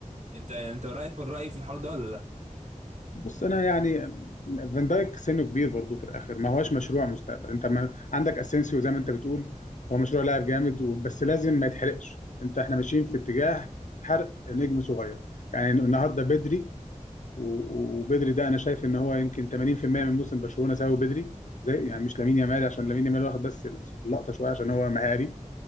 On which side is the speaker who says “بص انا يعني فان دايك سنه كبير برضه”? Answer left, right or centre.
Left